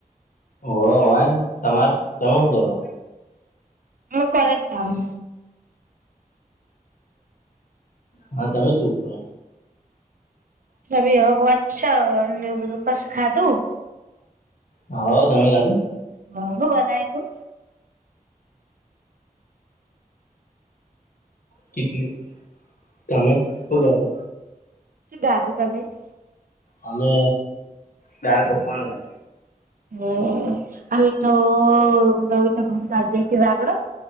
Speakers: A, on the left; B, on the right.
A: હોવ હોયમ તમારે તમે શું કરો.
B: હું કોલેજ જાવ ઉ.
A: હા તમે શું કર.
B: ભી હુંછ <inaudible> વું બધું કરશે ખાધું
A: હા તમે ખાધું.
B: હા હું બનાયુ તું.
A: કેટલી તમાં હું કરો.
B: શું ગધ તમે <inaudible>
A: અમે દાળ પકવાન લ
B: હ અ તો ન તો ઘુમતાજ વગડ <inaudible>